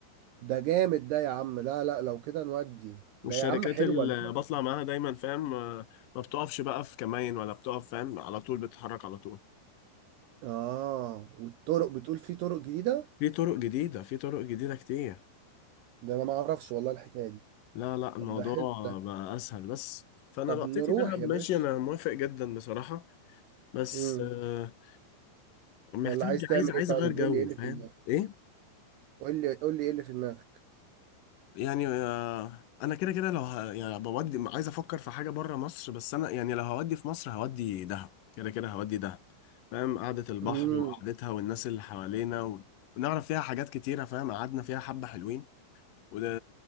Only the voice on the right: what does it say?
ده جامد ده يا عم لا لا لو كده نودي
ده يا عم حلوة
الفكرة.
اه والطرق بتقول في طرق جديدة
ده انا ما اعرفش والله الحكاية دي
طب ده حلو ده
طب
نروح
يا
باشا
امم
ولا عايز تعمل
ايه طيب
قول لي ايه اللي
في دماغك
قول لي قول لي ايه اللي في دماغك
امم